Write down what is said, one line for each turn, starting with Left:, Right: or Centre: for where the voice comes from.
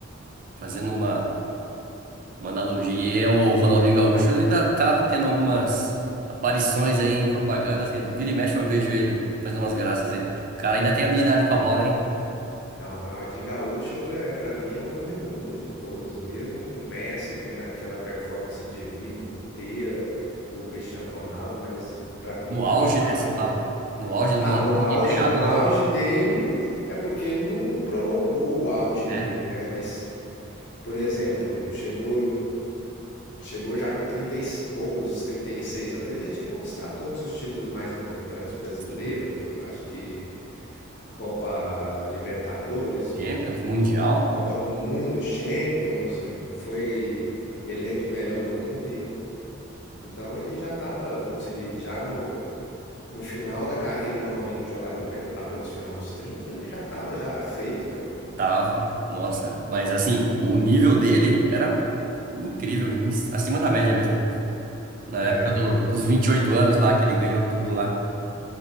Right: Fazendo uma, uma analogia, e o Ronaldinho Gaúcho ainda tá tendo algumas aparições aí em propagandas, que vira e mexe eu vejo ele fazendo umas graças aí. O cara ainda tem habilidade com a bola, hein?
Left: Não, o Ronaldinho Gaúcho é para mim é o número um de todos, mesmo com o Messi tendo aquela performance de vida inteira, o Cristiano Ronaldo, mas para mim
Right: No
Left: ninguém
Right: auge,
Left: bate
Right: né? Você fala.
Left: o.
Right: No auge do
Left: Ah,
Right: Ronaldinho,
Left: no auge,
Right: ninguém pegava,
Left: no
Right: não.
Left: auge dele é porque ele não prolongou o auge
Right: Né?
Left: dele, né? Mas, por exemplo, chegou chegou já com 30 e poucos, 36 anos, ele já tinha conquistado todos os títulos mais importantes brasileiros,
Right: Sim.
Left: acho que Copa Libertadores,
Right: Champions, Mundial,
Left: Copa do Mundo, Champions, foi eleito o melhor do mundo. e- Então ele já estava, como que se diz, já no, no final da carreira normalmente de um jogador, que é lá pelos final dos 30 ele já estava já feito, né?
Right: tava. Nossa, mas assim, o nível dele era incrível, em- acima da média mesmo. Na
Left: É,
Right: época
Left: Ronaldo,
Right: do- dos 28 anos lá, que ele ganhou tudo lá.